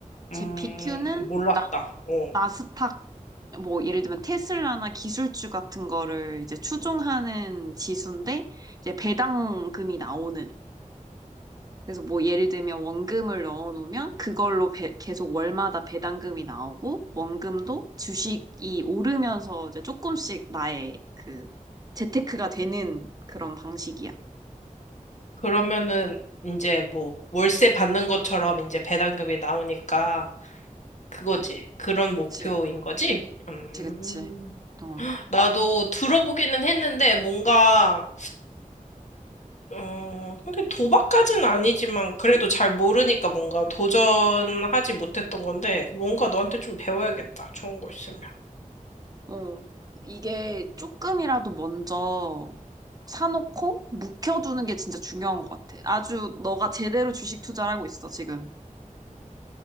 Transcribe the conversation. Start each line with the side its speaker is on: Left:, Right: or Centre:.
Right: 제피큐는
Left: 음, 몰랐다.
Right: 나,
Left: 어.
Right: 나스닥, 뭐 예를 들면 테슬라나 기술주 같은 거를 이제 추종하는 지수인데, 이제 배당금이 나오는 그래서 뭐 예를 들면 원금을 넣어놓으면 그걸로 배- 계속 월마다 배당금이 나오고 원금도 주식이 오르면서 이제 조금씩 나의 그 재테크가 되는 그런 방식이야.
Left: 그러면은, 이제 뭐, 월세 받는 것처럼 이제 배당금이 나오니까, 그거지. 그런 목표인
Right: 그치,
Left: 거지? 음.
Right: 그치, 그치. 어,
Left: 나도 들어보기는 했는데, 뭔가, 어, 하긴 도박까지는 아니지만 그래도 잘 모르니까 뭔가 도전하지 못했던 건데 뭔가 너한테 좀 배워야겠다. 좋은 거 있으면.
Right: 어. 이게 조금이라도 먼저 사놓고 묵혀두는 게 진짜 중요한 것 같아. 아주 너가 제대로 주식 투자를 하고 있어, 지금.